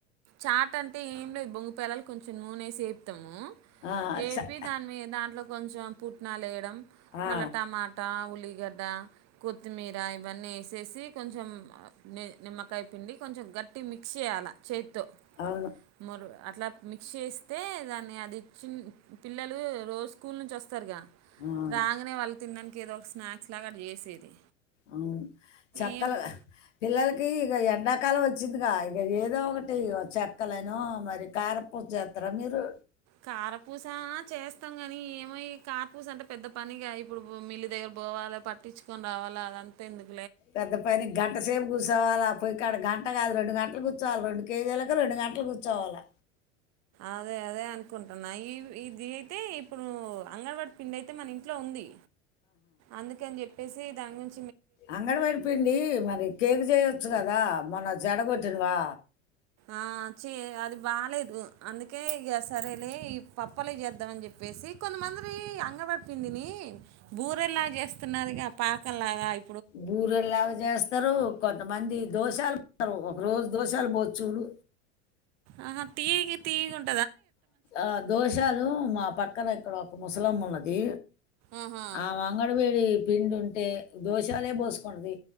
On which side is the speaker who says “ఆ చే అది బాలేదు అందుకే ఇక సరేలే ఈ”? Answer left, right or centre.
Right